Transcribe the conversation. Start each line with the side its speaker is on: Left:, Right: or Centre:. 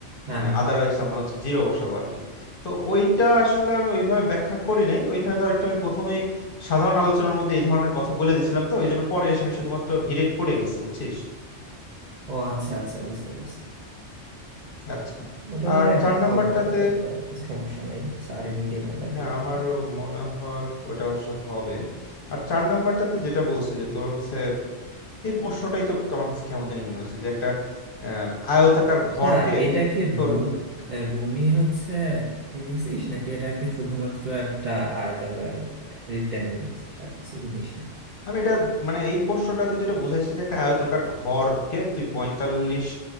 Right: হ্যাঁ
Left: মানে
Right: হ্যাঁ
Left: আদারওয়াইজ আমরা হচ্ছে জিরো বসাবো আর কি তো ওইটা আসলে আমি ওইভাবে ব্যাখ্যা করি নাই ওইখানে ধর একটু আমি প্রথমেই সাধারণ আলোচনার মধ্যে এই ধরনের কথা বলে দিছিলাম তো ওই জন্য পরে এসে আমি শুধুমাত্র ডিরেক্ট করে গেছি বুঝছিস
Right: ও আচ্ছা আচ্ছা বুঝতে পারছি
Left: আচ্ছা
Right: ওটা
Left: আর
Right: মনে হয়
Left: চার নাম্বারটাতে
Right: হবে এটা তো কিছু সমস্যা নেই স্যার এমনিতেই নাম্বার
Left: হ্যাঁ
Right: দিয়ে দিবে
Left: আমারও মনে হয় ওটা অবশ্য হবে আর চার নাম্বারটাতে যেটা বলছে যে তোর হচ্ছে এই প্রশ্নটাই তো আমার কাছে কেমন জানি মনে হয়েছে যে একটা আহ, আয়তাকার ঘরকে
Right: হ্যাঁ এটা কি
Left: তোর
Right: রুম রুমই হচ্ছে তুই নিছিস নাকি এটা কি শুধুমাত্র একটা আয়তাকার মানে রেক্ট্যাঙ্গেল নিছিস আর কিছু নিস নাই?
Left: আমি এটা মানে এই প্রশ্নটাতে যেটা বুঝাইছে যে একটা আয়তাকার ঘরকে তুই পঁয়তাল্লিশ